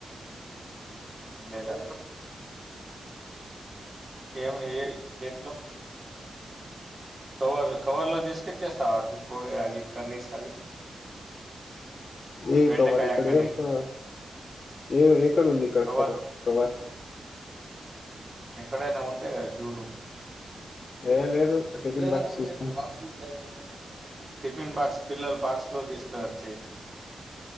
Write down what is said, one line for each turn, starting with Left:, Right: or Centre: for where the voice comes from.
Right: లేదే ఏమొ ఎ ఎంట్లో కవర్ కవర్ లో తీస్తే చేస్తా ఇప్పుడే అవి కర్రీస్ అవి
Left: ఏ
Right: బెండకాయ
Left: కవర్ ఇక్కడ
Right: కర్రీ
Left: ఏం కావర్ ఏవి ఏక్ ఇక్కడ ఉంది కర్
Right: కవర్లు
Left: కర కవర్
Right: ఎక్కడైనా ఉంటాయి కదా చూడు
Left: ఏ లేదు టిఫిన్
Right: ఇల్లైన
Left: బాక్స్
Right: క్లీన్
Left: తీసుకుని
Right: చేయకు బాక్సులు ఉంటాయో లేదో కూడా తెలీదు టిఫిన్ బాక్స్ పిల్లల్ బాక్స్ లో తీసుకొచ్చే